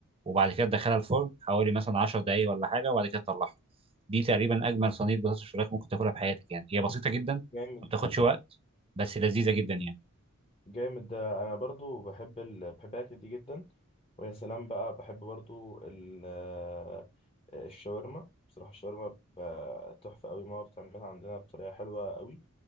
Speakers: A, on the right; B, on the left.
A: وبعد كده تدخلها الفرن حوالي مثلا 10 دقايق ولا حاجه وبعد كده تطلعها دي تقريبا اجمل صينيه بطاطس فراخ ممكن تاكلها في حياتك يعني هي بسيطه جدا
B: جامد
A: ما بتاخدش
B: ده
A: وقت بس لذيذه جدا يعني
B: جامد ده انا برضو بحب ال... بحب الاكل دي جدا ويا سلام بقى بحب برضو ال... آه، الشاورما بصراحه الشاورما ب- تحفه قوي ماما بتعملها عندنا بطريقه حلوه قوي